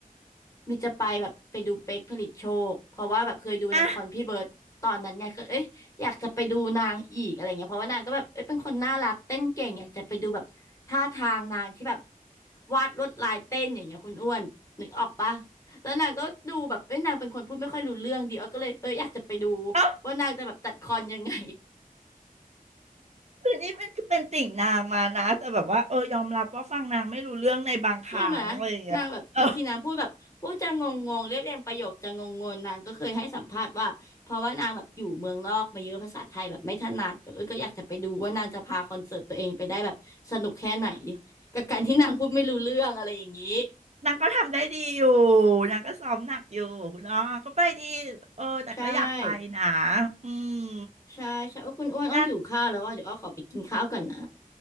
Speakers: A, on the left; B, on the right.
A: มีจะไปแบบไปดูเป๊กผลิตโชคเพราะว่าแบบเคยดูในคอนพี่เบิร์ดตอนนั้นไงก็เอ้ยอยากจะไปดูนางอีกอะไรเงี้ยเพราะว่านางก็แบบเอ้ยเป็นคนน่ารักเต้นเก่งอยากจะไปดูแบบท่าทางนางที่แบบ
B: อ่ะ
A: วาดลวดลายเต้นอย่างเงี้ยคุณอ้วนนึกออกปะแล้วนางก็ดูแบบเอ้ยนางเป็นคนพูดไม่ค่อยรู้เรื่องดีอ้อก็เลยเอ้ยอยากจะไปดู
B: เอ้า
A: ว่านางจะแบบจัดคอนยังไง
B: คือนี่เป็นคือเป็นติ่งนางมานะแต่แบบว่าเออยอมรับว่าฟังนางไม่รู้เรื่องในบางครั้งอะไรอย่างเงี้ยเออ
A: ใช่ไหมนางแบบบางทีนางพูดแบบพูดจะงงงงเรียบเรียงประโยคจะงงงนนางก็เคยให้สัมภาษณ์ว่าเพราะว่านางแบบอยู่เมืองนอกมาเยอะภาษาไทยแบบไม่ถนัดก็เอยก็อยากจะไปดูว่านางจะพาคอนเสิร์ตตัวเองไปได้แบบสนุกแค่ไหนกับการที่นางพูดไม่รู้เรื่องอะไรอย่างนี้
B: นางก็ทำได้ดีอยู่นางก็ซ้อมหนักอยู่คุณอ้อก็ไปดีเออแต่ก็อยากไปนะ
A: ใช่
B: อืม
A: ใช่ใช่โอ้คุณอ้วนอ้อหิวข้าวแล้วว่าเดี๋ยวอ้อขอไปกินข้าวก่อนนะ
B: น่า